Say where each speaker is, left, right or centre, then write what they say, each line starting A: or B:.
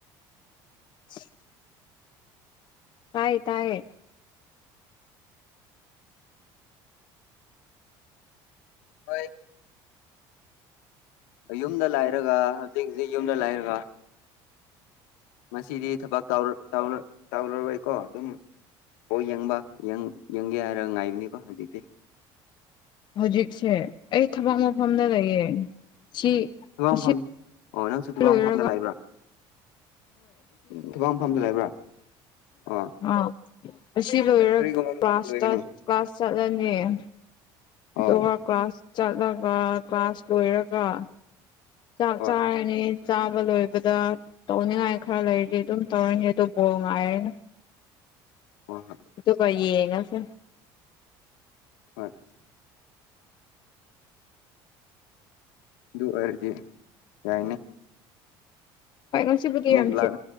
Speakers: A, on the left (about 50°); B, on the left (about 85°).
A: <unintelligible> ꯇꯥꯏ ꯇꯥꯏꯌꯦ
B: ꯍꯣꯏ ꯌꯨꯝꯗ ꯂꯥꯏꯔꯒ ꯍꯧꯖꯤꯛ ꯍꯧꯖꯤꯛ ꯌꯨꯝꯗ ꯂꯥꯏꯔꯒ ꯉꯗꯤ ꯊꯕꯛ ꯇꯧꯔꯔꯣꯏꯀꯣ ꯑꯗꯨꯝ ꯑꯣ ꯌꯦꯡꯕ ꯌꯦꯡꯒꯦ ꯍꯥꯏꯔꯒ ꯉꯥꯏꯕꯅꯤꯀꯣ ꯍꯧꯖꯤꯛꯇꯤ
A: ꯍꯧꯖꯤꯛꯁꯦ ꯑꯩ ꯊꯕꯛ ꯃꯐꯝꯗ ꯂꯩꯌꯦ ꯁꯤ
B: ꯊꯨ ꯃꯐꯝ
A: ꯑꯁꯤ
B: ꯑꯣ ꯅꯪꯁꯨ ꯊꯨꯕꯥ
A: ꯂꯣꯏꯔꯒ
B: ꯃꯐꯝꯅ ꯂꯥꯛꯏꯕ꯭ꯔꯥ ꯊꯧꯕꯥ ꯃꯐꯝꯗ ꯂꯩꯕ꯭ꯔꯥ ꯑꯣ
A: ꯑ ꯑꯁꯤ ꯂꯣꯏꯔꯒ
B: ꯀꯔꯤꯒꯨꯝꯕ ꯃꯇꯝꯗ
A: ꯀ꯭ꯂꯥꯁ
B: ꯂꯣꯏꯒꯅꯤ
A: ꯀ꯭ꯂꯥꯁ ꯆꯠꯂꯅꯤ <unintelligible>
B: ꯍꯣꯏ
A: ꯑꯗꯨꯒ ꯀ꯭ꯂꯥꯁ ꯆꯠꯂꯒ ꯀ꯭ꯂꯥꯁ ꯂꯣꯏꯔꯒ ꯆꯥꯛ
B: ꯍꯣꯏ
A: ꯆꯥ ꯆꯥꯕ ꯂꯣꯏꯕꯗ ꯇꯧꯅꯤꯉꯥꯏ ꯈꯔ ꯂꯩꯔꯗꯤ ꯑꯗꯨꯝ ꯇꯧꯔꯅꯤ ꯑꯗꯨ ꯕꯣꯔ ꯉꯥꯏꯔꯅꯤ
B: ꯑꯣ
A: ꯇ ꯀꯦ ꯅ ꯐ
B: ꯍꯣꯏ ꯑꯗꯨ ꯑꯣꯏꯔꯗꯤ ꯌꯥꯏꯅꯦ
A: ꯈ꯭ꯋꯥꯏ ꯉꯁꯤꯕꯨꯗꯤ
B: ꯑꯃꯨꯛ
A: ꯌꯥꯝ
B: ꯂꯥꯛ